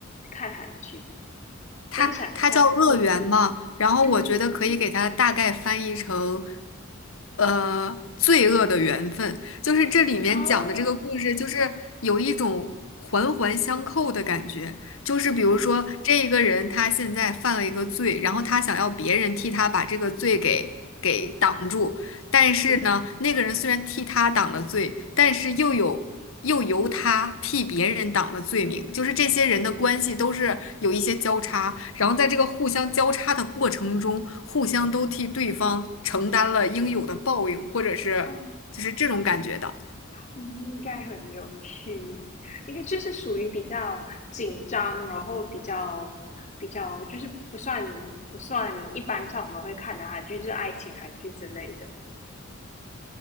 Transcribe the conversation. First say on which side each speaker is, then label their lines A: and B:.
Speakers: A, on the left (about 35°); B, on the left (about 80°).
A: 看韩剧。
B: 它它叫乐园嘛，
A: 分享一下，嗯
B: 然后我觉得可以给它大概翻译成，
A: 嗯
B: 呃，罪恶的缘分，就是这里面讲的这个故事，
A: 啊，
B: 就是有一种环环相扣的感觉，就是比如说这一个人他现在犯了一个罪，
A: 嗯
B: 然后他想要别人替他把这个罪给给挡住，但是呢，
A: 嗯
B: 那个人虽然替他挡了罪，但是又有。又由他替别人挡了罪名，就是这些人的关系都是有一些交叉，然后在这个互相交叉的过程中，互相都替对方承担了应有的报应，或者是就是这种感觉的，
A: 啊，嗯，应该很有趣。应该就是属于比较紧张，然后比较比较就是不算不算一般上我们会看的韩剧，就是爱情韩剧之类的。